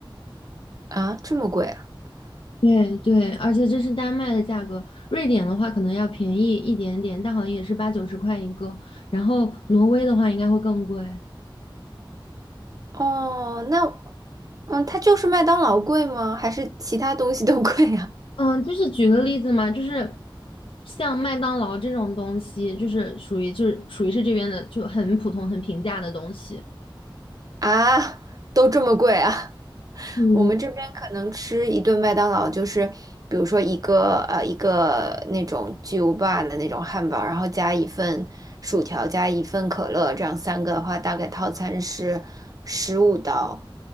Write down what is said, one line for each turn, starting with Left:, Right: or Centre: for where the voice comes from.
Right: 啊，这么贵啊？
Left: 对对，而且这是丹麦的价格，瑞典的话可能要便宜一点点，但好像也是八九十块一个。然后挪威的话应该会更贵。
Right: 哦，那嗯，它就是麦当劳贵吗？还是其他东西都贵啊？
Left: 嗯，就是举个例子嘛，就是像麦当劳这种东西，就是属于就是属于是这边的就很普通很平价的东西。
Right: <laughs> 啊，都这么贵啊？
Left: 嗯
Right: 我们这边可能吃一顿麦当劳，就是比如说一个呃一个那种巨无霸的那种汉堡，然后加一份薯条，加一份可乐，这样三个的话，大概套餐是十五刀，